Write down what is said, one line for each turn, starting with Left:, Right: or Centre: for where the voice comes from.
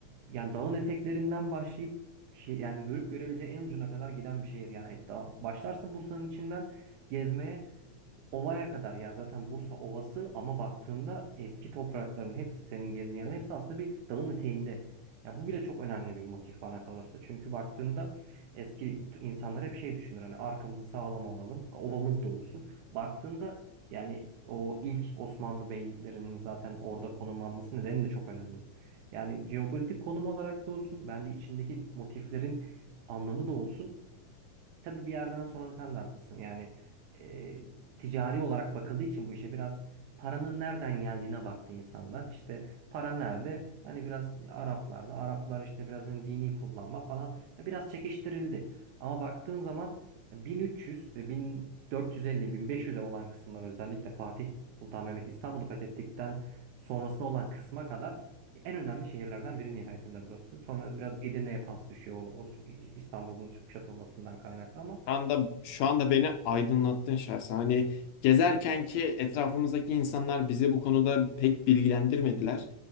Right: yani dağın eteklerinden başlayıp şey yani görüp görebileceğin en ucuna kadar giden bir şehir yani et, başlarsın Bursa'nın içinden gezmeye Ova'ya kadar yani zaten Bursa Ovası ama baktığında eski toprakların hepsi senin gezdiğin yerlerin hepsi aslında bir dağın eteğinde. Ya bu bile çok önemli bir motif bana kalırsa. Çünkü baktığında eski insanlar hep şey düşünür hani arkamızı sağlam alalım, ovamız da olsun. Baktığında yani o ilk Osmanlı beyliklerinin zaten orada konumlanması nedeni de çok önemli. Yani jeopolitik konum olarak da olsun bence içindeki motiflerin anlamı da olsun. Tabii bir yerden sonra sen de haklısın. Yani e, ticari olarak bakıldığı için bu işe biraz paranın nereden geldiğine baktı insanlar. İşte para nerede? Hani biraz Araplarda. Araplar işte biraz hani dini kullanma falan. e, Biraz çekiştirildi. Ama baktığın zaman 1300 ve 1450-1500'e olan kısımlar özellikle Fatih Sultan Mehmet İstanbul'u fethettikten sonrasına olan kısma kadar en önemli şehirlerden biri nihayetinde burası. Sonra biraz Edirne'ye pas düşüyor o, o İstanbul'un kuşatılmasından kaynaklı ama
Left: anda şu anda beni aydınlattın şahsen. Hani gezerken ki etrafımızdaki insanlar bizi bu konuda pek bilgilendirmediler.